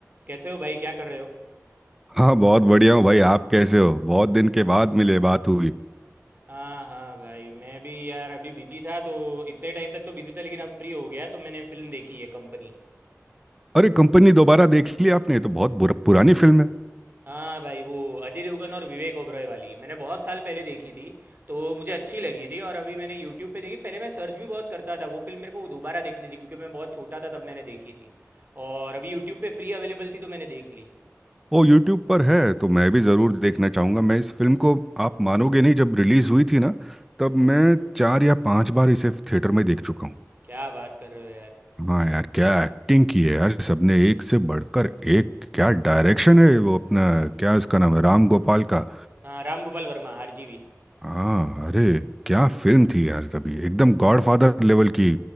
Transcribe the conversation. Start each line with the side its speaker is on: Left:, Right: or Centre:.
Right: कैसे हो भाई क्या कर रहे हो
Centre: हाँ बहुत बढ़िया हूँ भाई आप कैसे हो बहुत दिन के बाद मिले बात हुई
Right: हाँ हाँ भाई मैं भी यार अभी बिजी था तो इतने टाइम तक तो बिजी था लेकिन अब फ्री हो गया तो मैंने फिल्म देखी है कंपनी
Centre: अरे कंपनी दोबारा देख ली आपने ये तो बहुत बुरा पुरानी फिल्म है
Right: हाँ भाई वो अजय देवगन और विवेक ओबरॉय वाली मैंने बहुत साल पहले देखी थी तो मुझे अच्छी लगी थी और अभी मैंने यूट्यूब पे देखी पहले मैं सर्च भी बहुत करता था वो फिल्म मेरे को दोबारा देखनी थी क्योंकि मैं बहुत छोटा था तब मैंने देखी थी और अभी यूट्यूब पे फ्री अवेलेबल थी तो मैंने देख ली
Centre: वो यूट्यूब पर है तो मैं भी ज़रूर देखना चाहूँगा मैं इस फिल्म को आप मानोगे नहीं जब रिलीज़ हुई थी ना तब
Right: हम्म,
Centre: मैं चार या पांच बार इसे थिएटर में देख चुका हूँ
Right: क्या बात कर रहे हो यार
Centre: हाँ यार क्या एक्टिंग की है यार सबने एक से बढ़कर एक क्या डायरेक्शन है वो अपना क्या उसका नाम है राम गोपाल का
Right: हाँ राम गोपाल वर्मा आरजीवी
Centre: हाँ अरे क्या फिल्म थी यार तभी एकदम गॉडफादर लेवल की